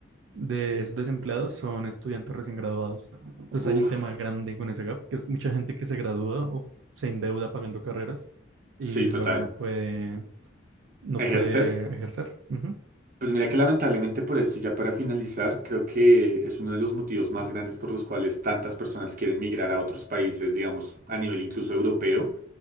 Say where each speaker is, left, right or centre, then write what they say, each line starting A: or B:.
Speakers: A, on the right; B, on the right.
A: de esos desempleados son estudiantes recién graduados. Entonces
B: Uf,
A: hay un tema grande con ese gap, que es mucha gente que se gradúa o se endeuda pagando carreras y
B: sí,
A: luego
B: total.
A: no puede, no
B: Ejercer.
A: puede ejercer. Ujú.
B: Pues mira que lamentablemente por esto, y ya para finalizar, creo que es uno de los motivos más grandes por los cuales tantas personas quieren migrar a otros países, digamos, a nivel incluso europeo,